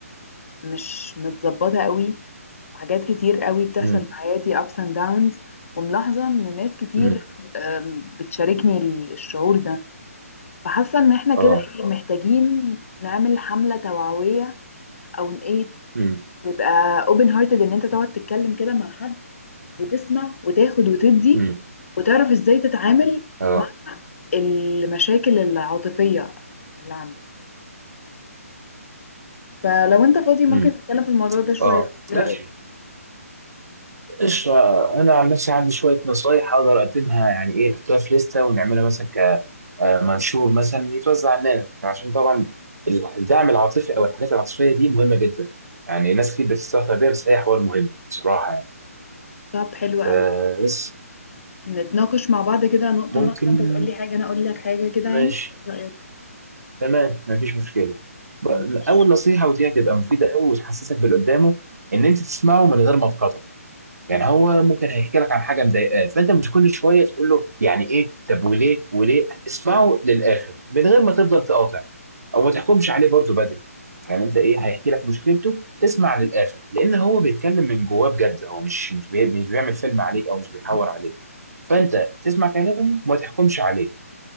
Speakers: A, on the left (about 60°); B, on the right (about 85°).
A: مش متظبطة قوي وحاجات كتير قوي بتحصل
B: امم
A: في حياتي ups and downs وملاحظة ان ناس كتير
B: امم
A: أم، بتشاركني الشعور ده فحاسه ان احنا كده
B: اه
A: ايه محتاجين نعمل حمله توعويه او إن ايه
B: امم
A: تبقى اوبن هارتد ان انت تقعد تتكلم كده مع حد وتسمع وتاخد وتدي
B: امم
A: وتعرف ازاي تتعامل
B: اه
A: مع المشاكل العاطفيه اللي عندك فلو انت فاضي ممكن
B: امم
A: نتكلم في الموضوع ده شويه
B: اه
A: ايه
B: ماشي
A: رايك
B: قشطة أنا عن نفسي عندي شوية نصايح أقدر أقدمها يعني إيه نحطها في لستة ونعملها مثلا كمنشور مثلا يتوزع على الناس عشان طبعا الدعم العاطفي أو الحاجات العاطفية دي مهمة جدا يعني ناس كتير بتستهتر بيها بس هي حوار مهم بصراحة يعني
A: طب حلو
B: فبس
A: قوي نتناقش مع بعض كده نقطه
B: ممكن
A: نقطه انت تقول لي حاجه انا اقول لك حاجه كده يعني
B: ماشي
A: ايه رايك
B: تمام مفيش مشكله
A: ماشي
B: اول نصيحه ودي هتبقى مفيده قوي وتحسسك باللي قدامه ان انت تسمعه من غير ما تقاطعه يعني هو ممكن هيحكي لك عن حاجه مضايقاه فانت مش كل شويه تقول له يعني ايه طب وليه وليه اسمعه للاخر من غير ما تفضل تقاطع او ما تحكمش عليه برضه بدري يعني انت ايه هيحكي لك مشكلته تسمع للاخر لان هو بيتكلم من جواه بجد هو مش مش بي... مش بيعمل فيلم عليك او مش بيحور عليك فانت تسمع كلامه وما تحكمش عليه